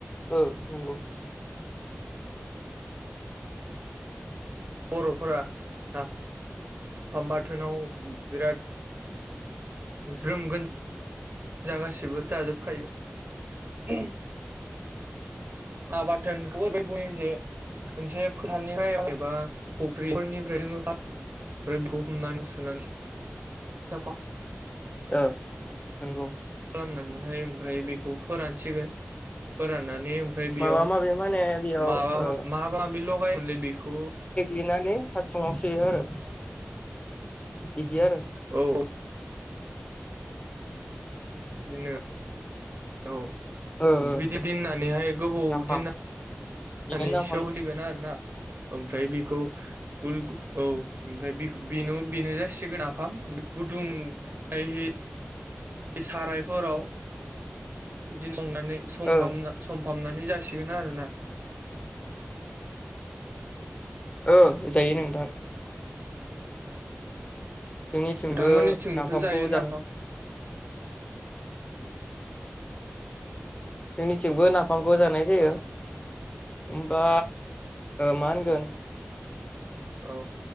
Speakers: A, on the left; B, on the right.
A: औ नंगौ।
B: बर'फोरा नाफामबाथोनाव बिराद <unintelligible> जा गासिबो जाजोबखायो। ना बाथोनखौ ओरैबाय बुंनाय जायो। मोनसे फोथारनिफ्राय एबा फुख्रिफोरनिफ्राय जोङो ओमफ्रायखौ हमनानै सुनानै <unintelligible>
A: ओ नंगौ
B: खालामनानैहाय ओमफ्राय बेखौ फोरानसिगोन फोराननानै ओमफ्राय बेयाव
A: माबा माबि माने बेयाव
B: माबा
A: ओ
B: माबा माबि लगायोमोनलै बेखौ
A: देनानै फास्ङाव सोयो आरो।
B: <inaudible>
A: बिदि आरो
B: औ औ। बिदिनो औ ओमफ्राय
A: ओ ओ
B: बिदि दोननानैहाय गोबाव
A: नाफाम
B: दिन
A: बेनो
B: होनानै
A: नाफाम
B: सेवहोसिगोन आरो ना ओमफ्राय बेखौ गुल औ ओमफ्राय बेनो बेनो जासिगोन नाआफाम गुदुं जाय बे सारायफोराव बिदिनो संनानै सं
A: ओ
B: संफामनानै जासिगोन इनो आरो ना?
A: औ जायो नोंथां जोंनिथिंबो
B: नोंथांमोननिथिंबोथ'
A: नाफामखौ
B: जायो
A: जानाय
B: नाफाम
A: जोंनिथिंबो नाफामखौ जानाय जायो। होमबा मा होनगोन
B: औ